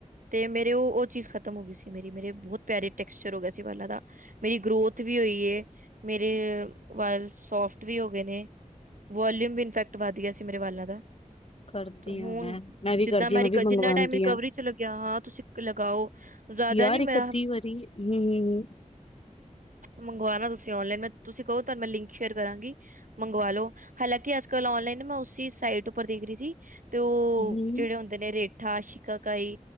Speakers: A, on the right; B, on the left.
A: ਤੇ ਮੇਰੇ ਉਹ ਚੀਜ਼ ਖਤਮ ਹੋ ਗਈ ਸੀ ਮੇਰੀ ਮੇਰੇ ਬਹੁਤ ਪਿਆਰੇ ਟੈਕਸਚਰ ਹੋ ਗਿਆ ਸੀ ਵਾਲਾਂ ਦਾ ਮੇਰੀ ਗਰੋਥ ਵੀ ਹੋਈ ਹੈ ਮੇਰੇ ਵਾਲ ਸੋਫਟ ਵੀ ਹੋ ਗਏ ਨੇ ਵੋਲੀਊਮ ਵੀ ਇਨਫੈਕਟ ਵੱਧ ਗਿਆ ਸੀ ਮੇਰੇ ਵਾਲਾਂ ਦਾ
B: ਕਰਦੀ
A: ਤੇ ਹੁਣ
B: ਆ ਮੈਂ, ਵੀ
A: ਜਿੱਦਾਂ
B: ਕਰਦੀ
A: ਮੈਂ
B: ਹਾਂ, ਵੀ ਮੰਗਵਾਉਂਦੀ
A: ਜਿੰਨਾ ਟਾਈਮ ਰਿਕਵਰੀ
B: ਹਾਂ।
A: ਚ ਲੱਗਿਆ ਹਾਂ ਤੁਸੀਂ ਲਗਾਓ। ਜ਼ਿਆਦਾ
B: ਯਾਰ
A: ਨੀ ਮੈਂ
B: ਇੱਕ -ਅੱਧੀ ਵਾਰੀ ਹੂੰ
A: ਮੰਗਵਾਣਾ ਤੁਸੀਂ ਔਨਲਾਈਨ ਮੈਂ ਤੁਸੀਂ ਕਹੋ ਤੁਹਾਨੂੰ ਮੈਂ ਲਿੰਕ ਸ਼ੇਅਰ ਕਰਾਂਗੀ, ਮੰਗਵਾ ਲੋ ਹਾਲਾਂਕਿ ਅੱਜ ਕਲ ਔਨਲਾਈਨ ਮੈਂ ਉਸਸੀ ਸਾਈਟ ਉਪਰ ਦੇਖ ਰਹੀ ਸੀ। ਤੇ ਉਹ
B: ਹੂੰ, ਹੂੰ,
A: ਜਿਹੜੇ ਹੁੰਦੇ ਨੇ ਰੇਟ ਥਾ ਸ਼ਿਕਾਰੀ